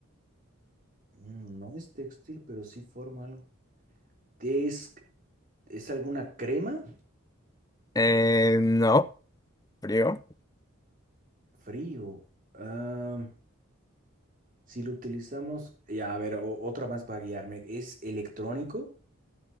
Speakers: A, on the right (about 40°); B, on the left (about 15°).
A: Mm, no es textil, pero sí forma algo. Es, es alguna crema,
B: Eh, no, frío.
A: frío. Ah, si lo utilizamos, ya, a ver, o- otra más para guiarme, ¿es electrónico?